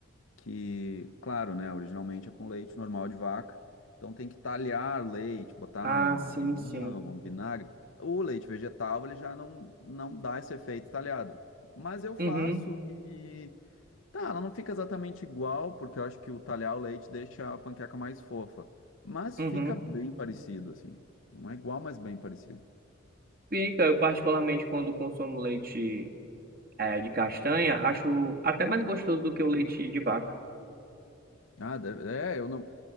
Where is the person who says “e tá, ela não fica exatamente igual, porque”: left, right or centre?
Left